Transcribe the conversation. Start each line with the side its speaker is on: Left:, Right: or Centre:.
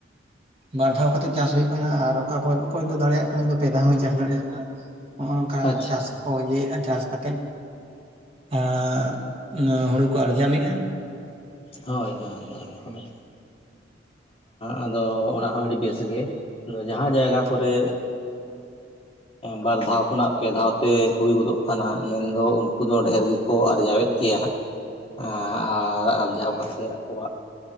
Right: ᱵᱟᱨ ᱫᱷᱟᱣ ᱠᱟᱛᱮᱫ ᱪᱟᱥ ᱦᱩᱭᱩᱜ ᱠᱟᱱᱟ ᱟᱨ ᱚᱠᱟ ᱠᱚ ᱚᱠᱚᱭ ᱫᱚ ᱫᱟᱲᱮᱭᱟᱜ ᱠᱟᱱ ᱩᱱᱤ ᱫᱚ ᱯᱮ ᱫᱷᱟᱣ ᱦᱚᱭ ᱪᱟᱥ ᱫᱟᱲᱮᱭᱟᱜ ᱠᱟᱱᱟ, ᱱᱚᱜ-ᱚ ᱱᱚᱝᱠᱟ
Left: ᱟᱪᱪᱷᱟ
Right: ᱪᱟᱥ ᱠᱚ ᱤᱭᱟᱹ ᱭᱮᱫᱼᱟ ᱪᱟᱥ ᱠᱟᱛᱮᱫ, ᱟ ᱦᱩᱲᱩ ᱠᱚ ᱟᱨᱡᱟᱱᱮᱜᱼᱟ,
Left: ᱦᱳᱭ ᱦᱳᱭ ᱦᱳᱭ ᱟᱫᱚ ᱚᱱᱟ ᱦᱚᱸ ᱟᱹᱰᱤ ᱵᱮᱥ ᱜᱮ ᱟᱫᱚ ᱡᱟᱦᱟᱸ ᱡᱟᱭᱜᱟ ᱠᱚᱨᱮ ᱵᱟᱨ ᱫᱷᱟᱣ ᱠᱷᱚᱱᱟᱜ ᱯᱮ ᱫᱷᱟᱣ ᱛᱮ ᱦᱩᱭ ᱜᱚᱫᱚᱜ ᱠᱟᱱᱟ ᱢᱮᱱᱫᱚ ᱩᱱᱠᱩ ᱫᱚ ᱰᱷᱮᱨ ᱜᱮᱠᱚ ᱟᱨᱡᱟᱣᱮᱫ ᱠᱚ ᱜᱮᱭᱟ ᱟᱨ ᱟᱨᱡᱟᱣ ᱠᱟᱛᱮᱫ ᱟᱠᱚᱣᱟᱜ